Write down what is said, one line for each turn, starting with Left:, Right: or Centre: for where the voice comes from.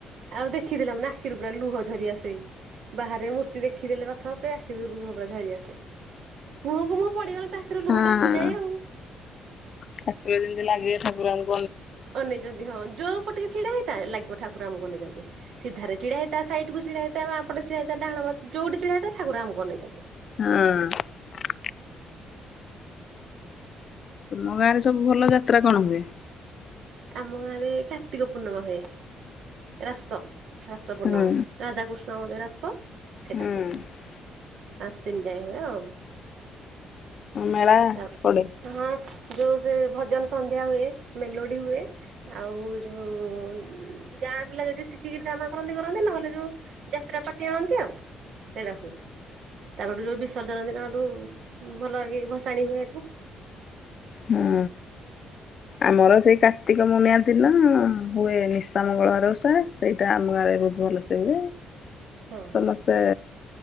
Right: ଆଉ ଦେଖିଦେଲେ ମାନେ ଆଖିରୁ ପୁରା ଲୁହ ଝରିଆସେ। ବାହାରେ ମୂର୍ତ୍ତି ଦେଖିଦେଲେ ରଥ ଉପରେ ଆଖିରୁ ଲୁହ ପୁରା ଝରି ଆସେ, ମୁହଁକୁ ମୁହଁ ପଡିଗଲେ ଆଖିରୁ ଲୁହଟା
Left: ହଁ
Right: ଆସିଯାଏ ଆଉ।
Left: ଠାକୁର ଯେମିତି ଲାଗିବେ ଠାକୁରଙ୍କୁ
Right: ଅନେଇଛନ୍ତି ହଁ ଯୋଉପଟ୍ <inaudible> ଛିଡା ହେଇଥା ଲାଗିବ ଠାକୁର ଆମକୁ ଅନେଇଛନ୍ତି ସିଧାରେ ଛିଡା ହେଇଥା ସାଇଟକୁ ଛିଡା ହେଇଥା ବାଁପଟେ ଛିଡା ହେଇଥା ଡାହାଣ ପ ଯୋଉଠି ଛିଡା ହେଇଥା ଠାକୁର ଆମକୁ ଅନେଇଛନ୍ତି।
Left: ହଁ ତମ ଗାଁଆରେ ସବୁ ଭଲ ଯାତ୍ରା କଣ ହୁଏ?
Right: ଆମ ଗାଁଆରେ କାର୍ତ୍ତିକ ପୂର୍ଣ୍ଣମା ହୁଏ ରାସ। ଶାସ ପୂର୍ଣ୍ଣମା
Left: ହୁଁ
Right: ରାଧାକୃଷ୍ଣ ବଗେରା <inaudible> ସେଟା
Left: ହୁଁ
Right: ହୁଏ, ପାଞ୍ଚ ଦିନ ଯାଏ ହୁଏ ଆଉ
Left: ମେଳା
Right: ତା
Left: ପଡେ?
Right: ହଁ ଯୋଉ ସେ ଭଜନ ସନ୍ଧ୍ୟା ହୁଏ ମେଲୋ ଡି ହୁଏ, ଆଉ ଯୋଉ ଗାଁ ପିଲା ଯଦି ଶିଖିକି ଡ୍ରାମା କରନ୍ତି କରନ୍ତି ନହେଲେ ଯୋଉ ଯାତ୍ରା ପାର୍ଟି ଆଣନ୍ତି ଆଉ ସେଇଟା ହୁଏ। ତାପରଠୁ ଯୋଉ ବିସର୍ଜନ ଦିନଠୁ ଭଲ ଏ ଭସାଣି ହୁଏ ଏଠୁ।
Left: ହୁଁ। ଆମର ସେଇ କାର୍ତ୍ତିକ ପୂର୍ଣ୍ଣିମା ଦିନ ହୁଏ ନିଶା ମଙ୍ଗଳାର ଉଷା। ସେଇଟା ଆମ ଗାଁରେ ବହୁତ ଭଲସେ ହୁଏ,
Right: ହଁ
Left: ସମସ୍ତେ
Right: ହଁ।